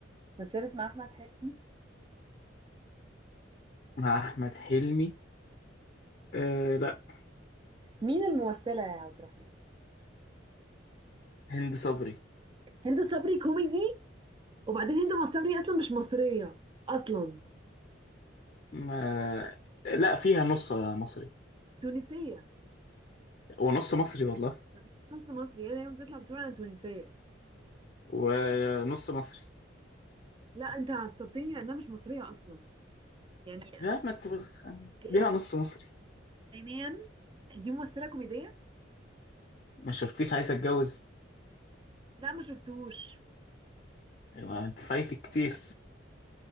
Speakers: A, on the right; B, on the left.
A: مسيرة مع احمد حلمي
B: مع احمد حلمي آه لا
A: مين الممثلة يا عبد الرحمن
B: هند صبري
A: هند صبري كوميدي وبعدين هند صبري اصلا مش مصريه اصلا
B: ما لا فيها نص مصري
A: تونسيه
B: ونص مصري والله
A: مفيش نص مصري هي دايما بتطلع بتقول انا تونسيه
B: ونص مصري
A: لا انت عصبتني لانها مش مصريه اصلا يعني
B: مش عارف ما ت-
A: هي
B: ليها
A: بت-
B: نص مصري
A: عينيا دي ممثلة كوميدية
B: ما شفتيش عايز اتجوز
A: لا ما شفتهوش
B: ايوه انت فايتك كتير